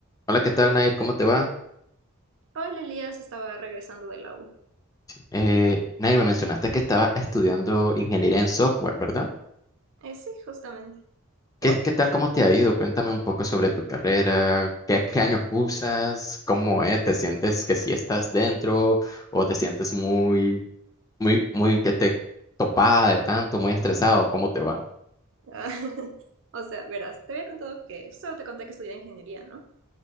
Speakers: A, on the left; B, on the right.
A: Hola, ¿qué tal, Nair? ¿Cómo te va?
B: Paul Elías estaba regresando de la U.
A: Eh, Nair, me mencionaste que estaba estudiando ingeniería en software, ¿verdad?
B: Eh, sí, justamente. ¿Por?
A: ¿Qué, qué tal, cómo te ha ido? Cuéntame un poco sobre tu carrera, qué, qué años cursas, cómo es, te sientes que sí estás dentro o te sientes muy, muy, muy que te topada de tanto, muy estresado, ¿cómo te va?
B: Ah, <laughs> o sea, verás, te había contado que solo te conté que estudié ingeniería, ¿no?